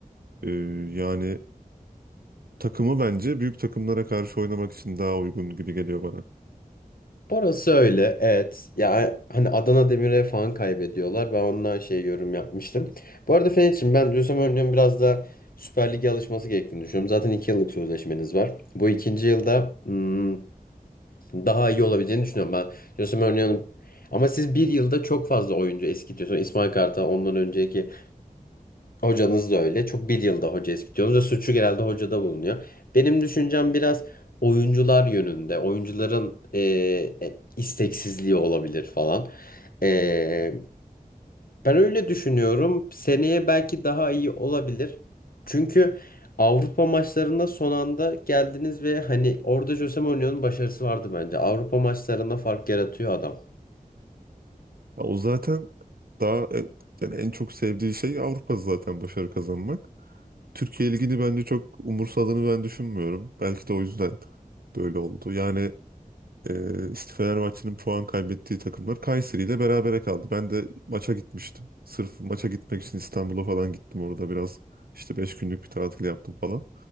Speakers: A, on the right; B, on the left.
A: E, yani takımı bence büyük takımlara karşı oynamak için daha uygun gibi geliyor bana.
B: orası öyle. Evet. Ya hani Adana Demir'e falan kaybediyorlar. Ben ondan şey yorum yapmıştım. Bu arada Fener'çim ben Jose Mourinho'nun biraz da Süper Lig'e alışması gerektiğini düşünüyorum. Zaten iki yıllık sözleşmeniz var. Bu ikinci yılda hmm, daha iyi olabileceğini düşünüyorum ben. Jose Mourinho'nun ama siz bir yılda çok fazla oyuncu eskitiyorsunuz. İsmail Kartal ondan önceki Hocanız da öyle. Çok bir yılda hoca eskitiyorsunuz ve suçu genelde hocada bulunuyor. Benim düşüncem biraz oyuncular yönünde. Oyuncuların e, e, isteksizliği olabilir falan. E, ben öyle düşünüyorum. Seneye belki daha iyi olabilir. Çünkü Avrupa maçlarına son anda geldiniz ve hani orada Jose Mourinho'nun başarısı vardı bence. Avrupa maçlarına fark yaratıyor adam.
A: Ya o zaten daha e, yani en çok sevdiği şey Avrupa zaten başarı kazanmak. Türkiye Ligi'ni bence çok umursadığını ben düşünmüyorum. Belki de o yüzden böyle oldu. Yani e, işte Fenerbahçe'nin puan kaybettiği takımlar Kayseri ile berabere kaldı. Ben de maça gitmiştim. Sırf maça gitmek için İstanbul'a falan gittim orada biraz. işte 5 günlük bir tatil yaptım falan.